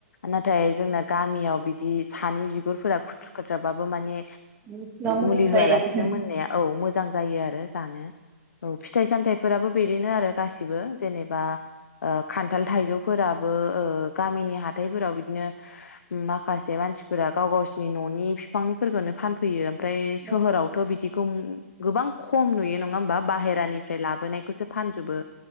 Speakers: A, on the left (about 75°); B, on the right (about 20°).
A: नाथाय जोंना गामियाव बिदि सानै बिगुरफोरा खुथ्रु खुद्राबाबो माने
B: मस्ला मोजां
A: मुलि
B: जायो
A: होआलासिनो
B: आरो
A: मोननाया औ मोजां जायो आरो औ फिथाइ सामथायाइफोराबो बिदिनो आरो गासिबो जेनेबा खान्थाल थाइजौफोरा बो ओ गामिनि हाथायफोराव बिदिनो माखासे मानसिफोरा गाव गावसिनि न'नि फिफांनिफोरखौनो फानफैयो। ओमफ्राय
B: जोंना
A: सोहोरावथ' बिदिखौ गोबां खम नुयो नामा? बा बाहेरानिफ्राय लाबोनायखौसो फानजोबो